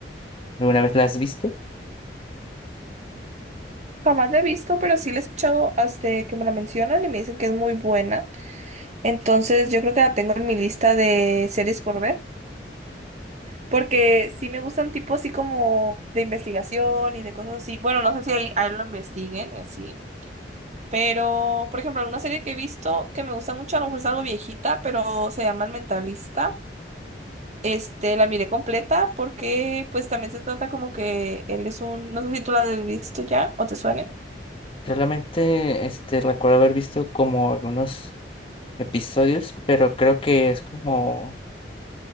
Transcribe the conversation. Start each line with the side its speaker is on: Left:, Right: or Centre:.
Left: ¿Alguna vez la has visto?
Right: Jamás la he visto, pero sí la he escuchado hasta que me la mencionan y me dicen que es muy buena. Entonces, yo creo que la tengo en mi lista de series por ver, porque sí me gustan tipo así como de investigación y de cosas así. Bueno, no sé si ahí, ahí lo investiguen, así. Pero, por ejemplo, una serie que he visto que me gusta mucho, a lo mejor es algo viejita, pero se llama El Mentalista. Este, la miré completa porque pues también se trata como que él es un, no sé si tú la has visto ya o te suene.
Left: Solamente este, recuerdo haber visto como algunos episodios, pero creo que es como,